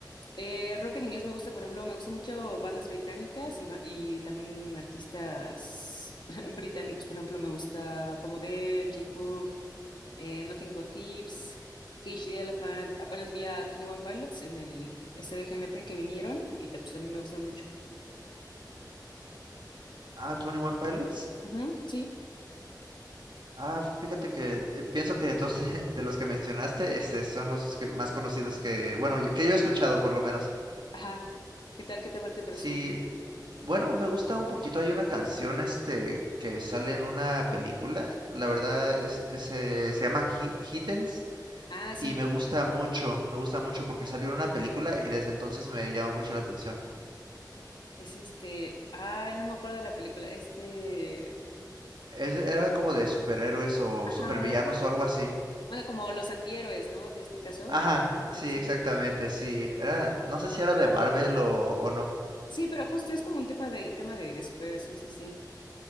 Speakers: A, on the left; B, on the right.
A: Eh, rock en inglés me gusta, por ejemplo, me gusta mucho bandas británicas y, ba- y también artistas <laughs> británicos, por ejemplo, me gusta Tom Odell, Jake Bug. eh, Nothing But Thieves, Cage the Elephant. Apenas vi a Twenty One Pilots en el este de GNP que vinieron y te- pues, también me gustan mucho.
B: Ah, Twenty One Pilots.
A: Ujú, sí,
B: Ah, fíjate que eh, pienso que de todos de, de los que mencionaste, este, son los que más conocidos que, bueno, yo- que yo he escuchado por lo menos.
A: ajá. ¿Qué tal? ¿Qué te va? ¿Te parece
B: Sí,
A: muy-
B: bueno, me gusta un poquito. Hay una canción, este, que sale en una película. La verdad es, es, eh, se llama Hi- Hittens
A: Ah, sí,
B: y me gusta mucho. Me gusta mucho porque salió en una película y desde entonces me llama mucho la atención.
A: es este. Ay, no me acuerdo de la película. Este.
B: Es- era como de superhéroes o
A: Ajá.
B: supervillanos o algo así.
A: Bueno, como los antihéroes, ¿no? De este caso.
B: Ajá,
A: Ah,
B: sí,
A: sí.
B: exactamente, sí. Era, no sé si era de Marvel o o no.
A: Sí, pero justo es como un tema de tema de, de superhéroes, sí, sí, sí.